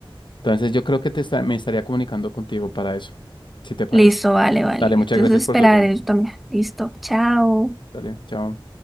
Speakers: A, on the left (about 55°); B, in the centre.
A: Entonces yo creo que te está- me estaría comunicando contigo para eso, si te parece.
B: Listo, vale, vale.
A: Dale, muchas
B: Entonces
A: gracias por
B: esperaré
A: tu tiempo.
B: yo también. Listo, chao.
A: Dale, chao.